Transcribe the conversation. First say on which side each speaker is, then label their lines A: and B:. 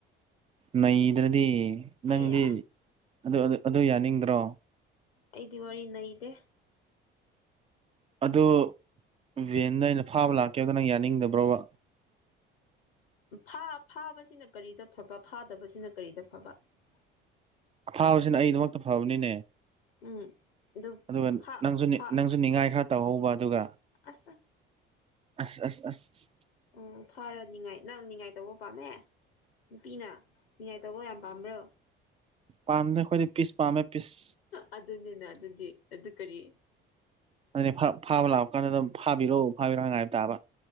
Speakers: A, on the right (about 20°); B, on the left (about 80°).
A: ꯅꯩꯗ꯭ꯔꯗꯤ ꯅꯪꯗꯤ
B: ꯑꯩ
A: ꯑꯗꯨ ꯑꯗꯨ ꯌꯥꯅꯤꯡꯗ꯭ꯔꯣ
B: ꯑꯩꯗꯤ ꯋꯥꯔꯤ ꯅꯩꯗꯦ
A: ꯑꯗꯣ ꯚꯦꯟꯗ ꯑꯩꯅ ꯐꯥꯕ ꯂꯥꯛꯀꯦꯕꯗ ꯅꯪ ꯌꯥꯅꯤꯡꯗꯕ꯭ꯔꯣꯕ
B: ꯐꯥꯕꯁꯤꯅ ꯀꯔꯤꯗ ꯐꯕ ꯐꯥꯗꯕꯁꯤꯅ ꯀꯔꯤꯗ ꯐꯕ ꯑ
A: ꯑꯐꯥꯕꯁꯤꯅ ꯑꯩꯗꯃꯛꯇ ꯐꯕꯅꯤꯅꯦ
B: ꯎꯝ ꯑꯗꯨ
A: ꯑꯗꯨꯒ
B: ꯐꯥ
A: ꯅꯪꯁꯨ
B: ꯐꯥ
A: ꯅꯪꯁꯨ ꯅꯤꯡꯉꯥꯏ ꯈꯔ ꯇꯧꯍꯧꯕ ꯑꯗꯨꯒ
B: ꯑ
A: ꯑꯁ ꯑꯁ ꯑꯁ
B: ꯑꯣ ꯐꯔꯅꯤꯉꯥꯏ ꯅꯪ ꯉꯥꯏ ꯇꯧꯕ ꯄꯥꯝꯃꯦ ꯅꯨꯄꯤꯅ ꯅꯉꯥꯏ ꯇꯕꯨꯣ ꯌꯥꯝ ꯄꯝ꯭ꯔꯣ
A: ꯄꯥꯝꯗ ꯈꯣꯏꯗꯤ ꯄꯤꯁ ꯄꯥꯝꯃꯦ ꯄꯤꯁ
B: ꯑꯗꯨꯅꯤꯅ ꯑꯗꯨꯗꯤ ꯑꯗꯨ ꯀꯔꯤ
A: ꯑ ꯐ ꯐꯕ ꯂꯥꯎ ꯀꯩꯅꯣꯗꯝꯥꯕꯤꯔꯛꯎ ꯐꯥꯕꯤꯔꯣꯑꯣ ꯉꯥꯏꯕ ꯇꯥꯕ